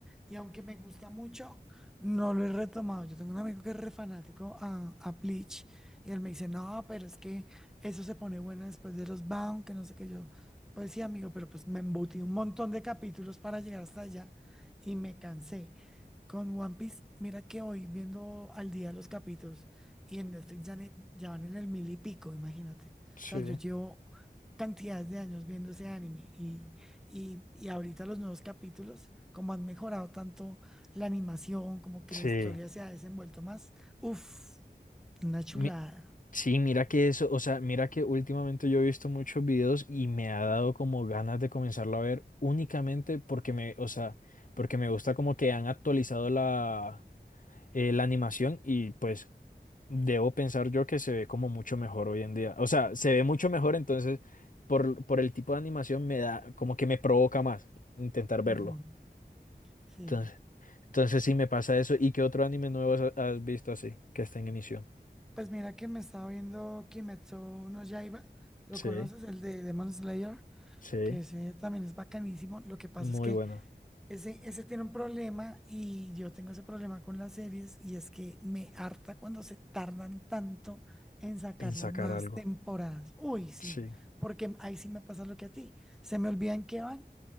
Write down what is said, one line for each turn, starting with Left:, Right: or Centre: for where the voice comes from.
Centre: y aunque me gusta mucho, no lo he retomado. Yo tengo un amigo que es re fanático a, a Bleach y él me dice, no, pero es que eso se pone bueno después de los Bound, que no sé qué yo. Pues sí, amigo, pero pues me embutí un montón de capítulos para llegar hasta allá y me cansé. Con One Piece, mira que hoy viendo al día los capítulos y en Netflix ya, ne- ya van en el mil y pico, imagínate.
Left: sí,
Centre: O sea, yo llevo cantidades de años viendo ese anime y, y, y ahorita los nuevos capítulos, como han mejorado tanto la animación, como que
Left: sí.
Centre: la historia se ha desenvuelto más. Uf, una chulada.
Left: Mi- Sí, mira que eso, o sea, mira que últimamente yo he visto muchos videos y me ha dado como ganas de comenzarlo a ver únicamente porque me, o sea, porque me gusta como que han actualizado la, eh, la animación y pues debo pensar yo que se ve como mucho mejor hoy en día. O sea, se ve mucho mejor, entonces por, por el tipo de animación me da, como que me provoca más intentar verlo.
Centre: Ujú, Sí.
Left: Entonces, entonces sí me pasa eso. ¿Y qué otro anime nuevo has has visto así que está en emisión?
Centre: Pues mira que me estaba viendo Kimetsu no Yaiba, ¿lo
Left: Sí,
Centre: conoces? El de Demon Slayer,
Left: sí,
Centre: que ese también es bacanísimo. Lo que pasa
Left: muy
Centre: es que
Left: bueno.
Centre: Ese, ese tiene un problema y yo tengo ese problema con las series y es que me harta cuando se tardan tanto en sacar
Left: En
Centre: las
Left: sacar
Centre: nuevas
Left: algo.
Centre: temporadas. Uy, sí,
Left: Sí,
Centre: porque ahí sí me pasa lo que a ti. Se me olvidan que van